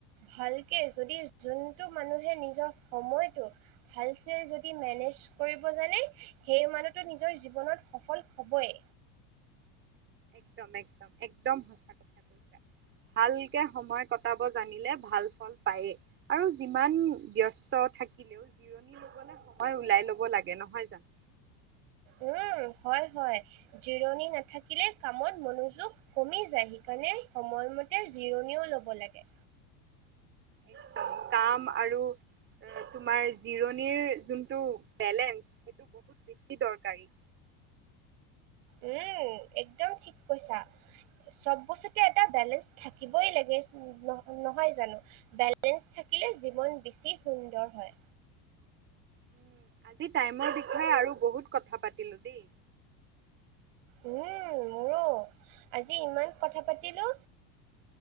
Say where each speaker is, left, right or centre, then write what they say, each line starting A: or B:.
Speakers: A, on the right (about 65°); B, on the right (about 30°).
A: ভালকে যদি যোনটো মানুহে নিজৰ সময়টো ভাল চেল যদি মেনেজ কৰিব জানে সেই মানুহতো নিজৰ জীৱনত সফল হবই।
B: একদম একদম একদম সঁচা কথা কৈ ভালকে সময় কটাব জানিলে ভাল ফল পায়েই। আৰু যিমান ব্যস্ত থাকিলেও জি লবলে সময় ওলাই লব লাগে নহয় জানো।
A: উম, হয় হয় জিৰণি নাথাকিলে কামত মনোযোগ কমি যায় সেইকাৰণে সময়মতে জিৰণিও ল'ব লাগে।
B: একদম কাম আৰু তোমাৰ জিৰণিৰ যোনটো বেলেঞ্চ সেইটো বহুত বেছি দৰকাৰী।
A: উম একদম ঠিক কৈছা। চব বস্তুতে এটা বেলেঞ্চ থাকিবই লাগে নহয় জানো। বেলেঞ্চ থাকিলে জীৱন বেছি সুন্দৰ হয়।
B: উম, আজি টাইমৰ বিষয়ে আৰু বহুত কথা পাতিলোঁ দেই।
A: উম, মোৰো আজি ইমান কথা পাতিলো